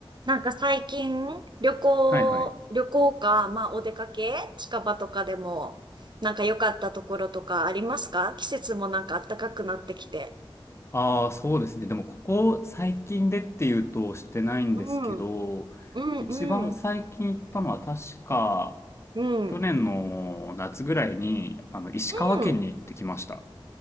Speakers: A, on the right (about 50°); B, on the left (about 25°).
A: なんか最近、旅行、
B: はいはい。
A: 旅行か、まあお出かけ、近場とかでも、なんか良かったところとかありますか季節もなんか暖かくなってきて。
B: ああ、そうですね。でも、ここ最近でっていうとしてないんですけど、
A: うん、うん、
B: 一番最近行ったのは確か、
A: うん、うん、
B: 去年の夏ぐらいに、
A: う
B: あの、石川県に行ってきました。
A: ん。